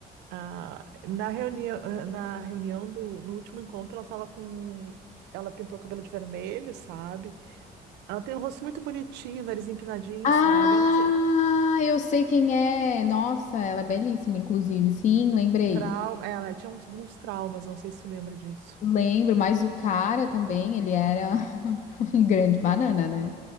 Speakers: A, on the right; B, on the left.
A: Ah, na reunião, ah, na reunião do, no último encontro, ela tava com, ela pintou o cabelo de vermelho, sabe? Ela tem um rosto muito bonitinho, nariz empinadinho,
B: Ah,
A: sabe? Eu não sei,
B: eu sei quem é. Nossa, ela é belíssima, inclusive. Sim, lembrei.
A: trauma, ela tinha uns, alguns traumas, não sei se tu lembra disso.
B: Lembro, mas o cara também, ele era <laughs> um grande banana, né?